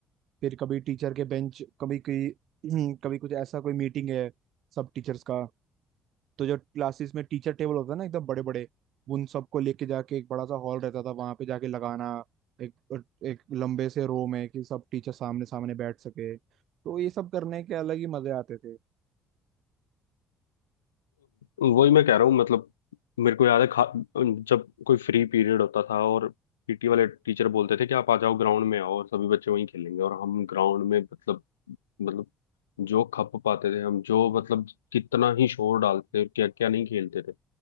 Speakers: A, on the right; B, on the left.
A: फिर कभी टीचर के बेंच कभी कोई <clears throat> कभी कुछ ऐसा कोई मीटिंग है सब टीचर्स का तो जो क्लासेस में टीचर टेबल होता है ना एकदम बड़े बड़े उन सबको लेके जाके एक बड़ा सा हॉल रहता था वहां पे जाके लगाना एक एक लंबे से रो में कि सब टीचर सामने सामने बैठ सके तो ये सब करने के अलग ही मजे आते थे
B: वही मैं कह रहा हूँ मतलब मेरे को याद है खा जब कोई फ्री पीरियड होता था और पीटी वाले टीचर बोलते थे कि आप आ जाओ ग्राउंड में आओ और सभी बच्चे वहीं खेलेंगे और हम ग्राउंड में मतलब मतलब जो खप पाते थे हम जो मतलब कितना ही शोर डालते थे क्या क्या नहीं खेलते थे